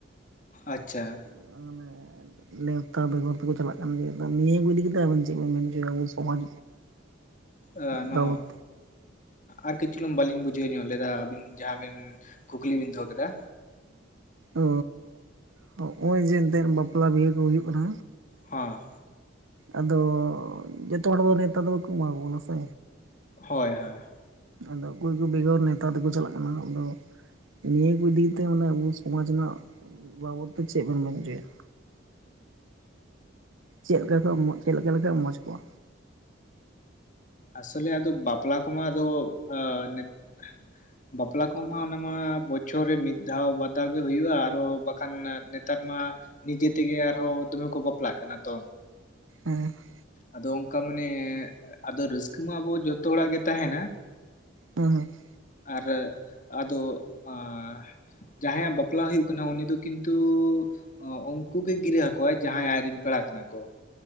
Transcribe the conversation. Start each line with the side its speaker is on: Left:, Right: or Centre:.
Left: ᱟᱪᱪᱷᱟ ᱾
Right: ᱠᱚᱲᱟ ᱢᱟᱱᱮ ᱱᱮᱣᱛᱟ ᱵᱮᱜᱚᱨ ᱛᱮᱠᱚ ᱪᱟᱞᱟᱜ ᱠᱟᱱ ᱜᱮᱭᱟ ᱾ ᱟᱫᱚ ᱱᱤᱭᱟᱹ ᱠᱚ ᱤᱫᱤ ᱠᱟᱛᱮᱫ ᱟᱵᱮᱱ ᱪᱮᱫ ᱵᱮᱱ ᱢᱮᱱ ᱦᱚᱪᱚᱭᱟ, ᱟᱵᱚ ᱥᱚᱢᱟᱡᱽ
Left: ᱮ ᱱᱚᱣᱟ
Right: ᱵᱟᱵᱚᱫ
Left: ᱟᱨ ᱠᱟᱹᱡ ᱪᱩᱞᱩᱝ ᱵᱟᱞᱤᱧ ᱵᱩᱡᱷᱟᱹᱣ ᱧᱚᱜ ᱞᱮᱫᱟ, ᱟᱵᱤᱱ ᱡᱟᱦᱟᱸ ᱵᱤᱱ ᱠᱩᱠᱞᱤ ᱵᱤᱱ ᱫᱚᱦᱚ ᱠᱮᱫᱟ
Right: ᱚ, ᱦᱚᱜᱼᱚᱭ ᱡᱮ ᱮᱱᱛᱮᱫ ᱵᱟᱯᱞᱟ ᱵᱤᱦᱟᱹ ᱠᱚ ᱦᱩᱭᱩᱜ ᱠᱟᱱᱟ᱾
Left: ᱦᱮᱸ᱾
Right: ᱟᱫᱚ ᱡᱚᱛᱚ ᱦᱚᱲ ᱫᱚ ᱱᱮᱣᱛᱟ ᱫᱚ ᱵᱟᱠᱚ ᱮᱢᱟ ᱵᱚᱱᱟ ᱥᱮ
Left: ᱦᱳᱭ ᱦᱳᱭ ᱾
Right: ᱟᱫᱚ ᱚᱠᱚᱭ ᱠᱚ ᱵᱮᱜᱚᱨ ᱱᱮᱣᱛᱟ ᱛᱮᱠᱚ ᱪᱟᱞᱟᱜ ᱠᱟᱱᱟ ᱾ᱟᱫᱚ ᱱᱤᱭᱟᱹ ᱠᱚ ᱤᱫᱤ ᱠᱟᱛᱮ, ᱢᱟᱱᱮ ᱟᱵᱚ ᱥᱚᱢᱟᱡᱽ ᱨᱮᱱᱟᱜ ᱵᱟᱵᱚᱫ ᱛᱮ ᱪᱮᱫ ᱵᱮᱱ ᱢᱮᱱ ᱦᱚᱪᱚᱭᱟ ᱾ ᱪᱮᱫ ᱞᱮᱠᱟ ᱠᱚ, ᱪᱮᱫ ᱞᱮᱠᱟ ᱞᱮᱠᱷᱟᱡ ᱢᱚᱡᱽ ᱠᱚᱜ-ᱟ?
Left: ᱟᱥᱚᱞᱮ ᱟᱫᱚ ᱵᱟᱯᱞᱟ ᱠᱚᱢᱟ ᱟᱫᱚ ᱱᱮᱛ ᱵᱟᱯᱞᱟ ᱠᱚᱢᱟ ᱚᱱᱟᱢᱟ ᱵᱚᱪᱷᱚᱨ ᱨᱮ ᱢᱤᱫ ᱫᱷᱟᱣ ᱵᱟᱨ ᱫᱷᱟᱣ ᱜᱮ ᱦᱩᱭᱩᱜᱼᱟ, ᱟᱨᱦᱚᱸ ᱵᱟᱠᱷᱟᱱ ᱱᱮᱛᱟᱨ ᱢᱟ ᱱᱤᱡᱮ ᱛᱮᱜᱮ ᱟᱨᱦᱚᱸ ᱫᱚᱢᱮ ᱠᱚ ᱵᱟᱯᱞᱟᱜ ᱠᱟᱱᱟ, ᱛᱚ
Right: ᱦᱮᱸ ᱾
Left: ᱟᱫᱚ ᱚᱱᱠᱟ ᱢᱟᱱᱮ ᱟᱫᱚ ᱨᱟᱹᱥᱠᱟᱹ ᱢᱟ ᱟᱵᱚ ᱡᱚᱛᱚ ᱦᱚᱲᱟᱜ ᱜᱮ ᱛᱟᱦᱮᱱᱟ ᱾
Right: ᱦᱮᱸ ᱦᱮᱸ ᱾
Left: ᱟᱨ ᱟᱫᱚ, ᱟ ᱡᱟᱦᱟᱸᱭᱟᱜ ᱵᱟᱯᱞᱟ ᱦᱩᱭᱩᱜ ᱠᱟᱱᱟ ᱩᱱᱤ ᱫᱚ ᱠᱤᱱᱛᱩ ᱚ, ᱩᱱᱠᱩ ᱜᱮ ᱜᱤᱨᱟᱹ ᱟᱠᱚᱣᱟ ᱡᱟᱦᱟᱸᱭ ᱟᱡ ᱨᱮᱱ ᱯᱮᱲᱟ ᱠᱟᱱᱟ ᱠᱚ ᱾